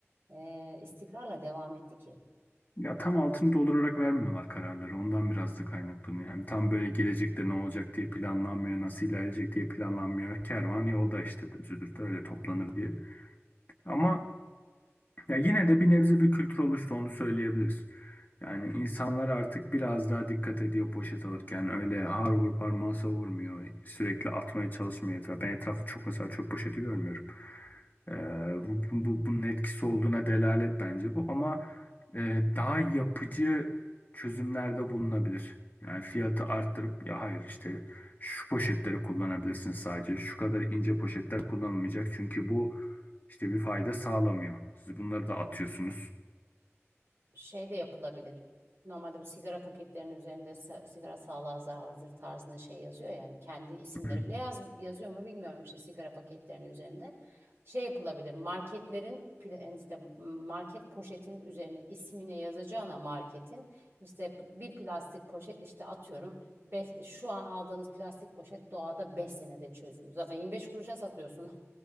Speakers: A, on the right; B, on the left.
A: eee, istikrarla devam etti ki?
B: Ya tam altını doldurarak vermiyorlar kararları. Ondan biraz da kaynaklanıyor. Hem tam böyle gelecekte ne olacak diye planlanmıyor, nasıl ilerleyecek diye planlanmıyor. Kervan yolda işte züdürtü öyle toplanır diye. Ama ya yine de bir nebze bir kültür oluştu onu söyleyebiliriz. Yani insanlar artık biraz daha dikkat ediyor poşet alırken. Öyle ağır vur parmağı savurmuyor. Sürekli atmaya çalışmıyor etrafa. Ben etrafı çok mesela çöp poşeti görmüyorum. Ee, bu, bu- bu- bunun etkisi olduğuna delalet bence bu. Ama e, daha yapıcı çözümlerde bulunabilir. Yani fiyatı arttırıp ya hayır işte şu poşetleri kullanabilirsiniz sadece. Şu kadar ince poşetler kullanılmayacak. Çünkü bu işte bir fayda sağlamıyor. Siz bunları da atıyorsunuz.
A: şey de yapılabilir. Normalde bu sigara paketlerinin üzerinde sa- sigara sağlığa zararlıdır tarzında şey yazıyor yani kendi isimleri
B: Hı hı.
A: bile yaz, yazıyor mu bilmiyorum işte sigara paketlerinin üzerinde. Şey yapılabilir marketlerin pla- yani işte market poşetin üzerine ismine yazacağına marketin işte p- bir plastik poşet işte atıyorum be- şu an aldığınız plastik poşet doğada 5 senede çözülür. Zaten 25 kuruşa satıyorsunuz.